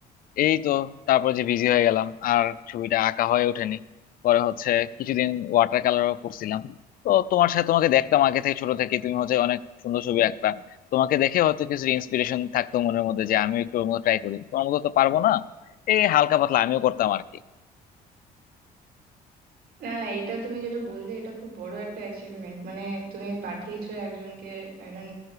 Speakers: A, on the left (about 55°); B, on the right (about 65°).
A: এই তো তারপর যে বিজি হয়ে গেলাম আর ছবিটা আঁকা হয়ে ওঠেনি পরে হচ্ছে কিছুদিন ওয়াটার কালারও করছিলাম তো তোমার সাথে তোমাকে দেখতাম আগে থেকে ছোট থেকে তুমি হচ্ছে অনেক সুন্দর ছবি আঁকতা তোমাকে দেখে হয়তো কিছু ইন্সপিরেশন থাকতো মনের মধ্যে যে আমি একটু ওর মতো ট্রাই করি তোমার মতো তো পারবো না এই হালকা পাতলা আমিও করতাম আর কি
B: না না এটা তুমি যেটা বললে এটা খুব বড় একটা অ্যাচিভমেন্ট মানে তুমি পাঠিয়েছো একজনকে একজন